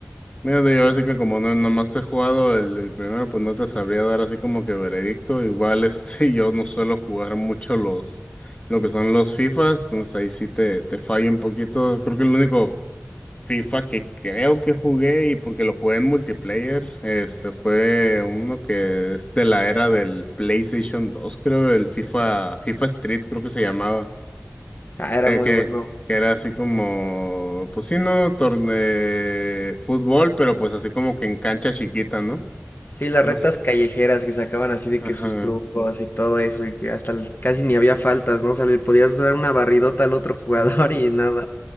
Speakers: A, on the left (about 30°); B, on the left (about 55°).
A: Mira, te digo, así que como no, nomás he jugado el, el primero, pues no te sabría dar así como que veredicto. Igual este, <laughs> yo no suelo jugar mucho los, lo que son los FIFAs, entonces ahí sí te, te fallo un poquito. Creo que el único FIFA que creo que jugué, y porque lo jugué en multiplayer, este fue uno que es de la era del PlayStation 2 creo, el FIFA, FIFA Street creo que se llamaba
B: Ah, era
A: que,
B: muy
A: que-
B: bueno.
A: que era así como, pues sí, ¿no? Torne fútbol, pero pues así como que en cancha chiquita, ¿no?
B: Sí, las
A: Pues,
B: retas callejeras que sacaban así de
A: Ajá.
B: que sus trucos y todo eso, y que hasta el- casi ni había faltas, ¿no? O sea, le podías dar una barridota al otro jugador
A: Sí,
B: <laughs> y nada.